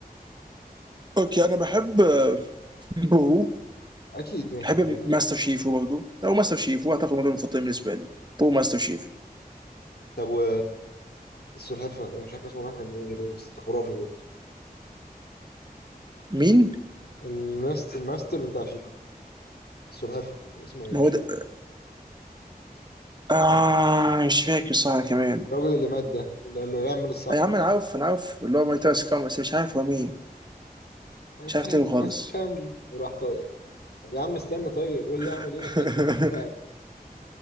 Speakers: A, on the right; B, on the left.
A: اوكي انا بحب آه، بو
B: أكيد ماشي
A: بحب
B: أنا
A: ماستر شيفو برضه او ماستر شيفو اعتقد هم دول المفضلين بالنسبه لي بو ماستر شيفو
B: طب و السلحفة أنا مش عارف اسمه راح من دماغي ليه بس ده خرافي برضه
A: مين؟
B: الماستر الماستر بتاع شيفو السلحفة كان اسمه إيه
A: ما
B: مش
A: هو
B: فاكر
A: ده آه مش فاكر صح كمان
B: الراجل اللي مات ده اللي قال له اعمل الصح
A: يا عم انا عارف انا عارف اللي هو ماي تايس كام بس مش عارف هو مين
B: My
A: مش
B: time
A: عارف تاني خالص
B: has come وراح طاير طب يا عم استنى طيب قول لي أعمل
A: <laughs>
B: إيه <laughs> أنا بحرقك.